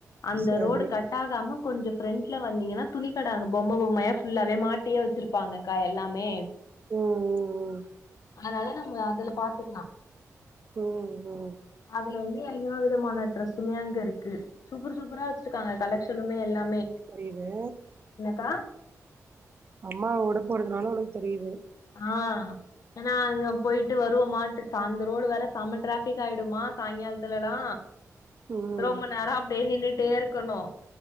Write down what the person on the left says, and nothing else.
அந்த
ரோடு கட் ஆகாம கொஞ்சம் ஃப்ரண்ட்ல வந்தீங்கன துணி கட ங்க பொம்ம பொம்மயா ஃபுல்லாவே மாட்டியே வச்சிருப்பாங்கக்கா எல்லாமே
அதனால நம்ந அதுல பாத்துகிலா
அதுல வந்து எல்லா விதமான ட்ரஸ் சுமையா இங்க இருக்கு சூப்பர் சூப்பரா வச்சிருக்காங்க கலக்ஷனுமே எல்லாமே
என்னக்கா
ஆ ஏனா அங்க போயிட்டு வருவோமாட்டு ச அந்த ரோடு வேற செம டிராஃபிக் ஆயிடுமா சாயங்காலத்துலலா
ரொம்ப நேரம் அப்டே நின்னுட்டே இருக்கணும்